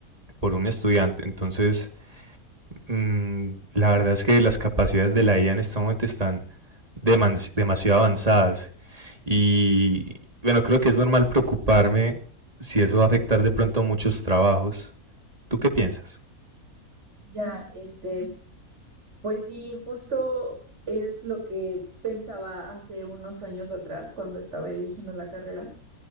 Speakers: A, on the right; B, on the right.
A: por un estudiante. Entonces, mmm, la verdad es que las capacidades de la IA en este momento están demas demasiado avanzadas. Y bueno, creo que es normal preocuparme si eso va a afectar de pronto muchos trabajos. ¿Tú qué piensas?
B: Ya, este, pues sí, justo es lo que pensaba hace unos años atrás cuando estaba eligiendo la carrera